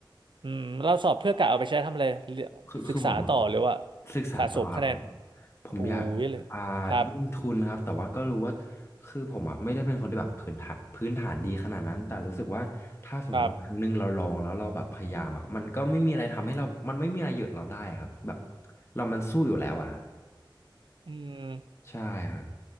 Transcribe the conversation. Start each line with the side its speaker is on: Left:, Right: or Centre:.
Right: อืมเราสอบเพื่อกะเอาไปใช้ทำอะไรเรียศึกษาต่อหรือว่า
Left: คือคือผมอะศึกษาต่อครับผม
Right: สะสมคะแนน
Left: ผมอยากอ่า
Right: อู้ยเลยครับ
Left: ยื่นทุนครับแต่ว่าก็รู้ว่าคือผมอ่ะไม่ได้เป็นคนที่แบบพื้นฐานพื้นฐานดีขนาดนั้นแต่รู้สึกว่าถ้าสมมติว่าครั้งหนึ่งเราลองแล้วเราแบบพยายามอ่ะมันก็ไม่มีอะไรทำให้เรามันไม่มีอะไรหยุดเราได้ครับแบบ
Right: ครับ
Left: เรามันสู้อยู่แล้วอ่ะครับ
Right: อืม
Left: ใช่ครับ